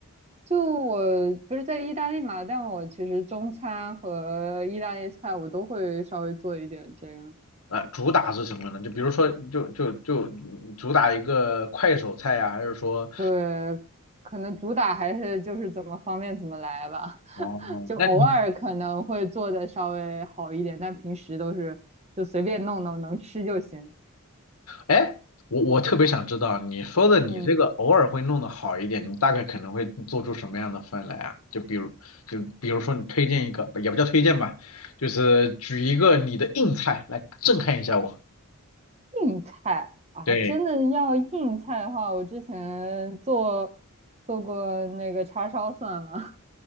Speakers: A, on the right (about 30°); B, on the left (about 80°).
A: 就我不是在意大利嘛，但我其实中餐和意大利菜我都会稍微做一点这样。
B: 啊，主打是什么呢？就比如说，就就就嗯主打一个快手菜呀、还是说，
A: 对，可能主打还是就是怎么方便怎么来吧，<laughs>
B: 哦，
A: 就偶尔可能会做的稍微好一点，
B: 那你？
A: 但平时都是就随便弄弄，能吃就行。
B: 哎，我我特别想知道，你说的你这个偶尔会弄得好一点，
A: 嗯，
B: 你大概可能会做出什么样的饭来啊？就比如，就比如说你推荐一个，也不叫推荐吧，就是举一个你的硬菜来震撼一下我。
A: 硬菜啊，
B: 对，
A: 真的要硬菜的话，我之前做做过那个叉烧算吗？